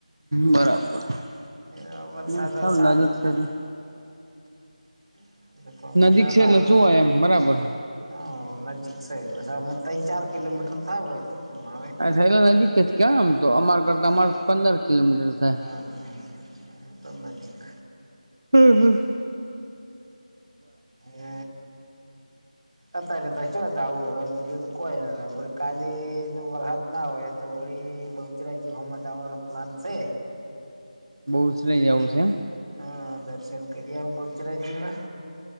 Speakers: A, on the right; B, on the right.
A: બરાબર <unintelligible>
B: એ વરસાદ ચાલુ <unintelligible>
A: નજીક છે એટલે જોવાય એમ બરાબર
B: હ નજીક સે એટલે <unintelligible> ચાર કિલોમીટર થાય હોય. ત માે. <unintelligible>
A: અ સહેલા નજીક જ ક્યા આમ તો અમારા ઘર
B: હા
A: અમારે પંદર કિલોમીટર થાય.
B: હા તો નજીક
A: હમ હમ.
B: એ. અત્યારે તોછ જ આવું હોય બીજું તો કોઈ ને કાલી જો વરહાદ ના હોય. તો વળી બહુચરાજી ઘમાં જવાનો પ્લાન છે.
A: બહુ જહી જવું છેમ.
B: હા દર્શન કરી આવ બહુચરાજીમા